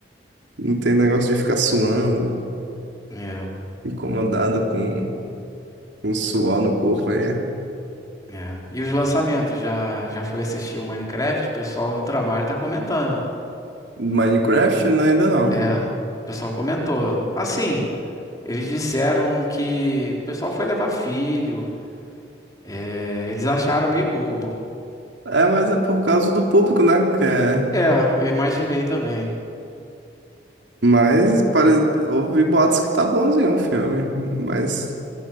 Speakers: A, on the right; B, on the left.
A: não tem negócio de ficar suando,
B: É,
A: incomodada com o suor no corpo aí. é.
B: é. E os lançamentos? Já, já foi assistir o Minecraft? O pessoal no trabalho tá comentando.
A: Minecraft, né, ainda não.
B: É, o pessoal comentou. Assim, eles disseram que o pessoal foi levar filho. é, eles acharam meio bobo.
A: É, mas é por causa do público, né, que é...
B: É, eu imaginei também.
A: Mas pare... ouvi boatos que tá bonzinho o filme, mas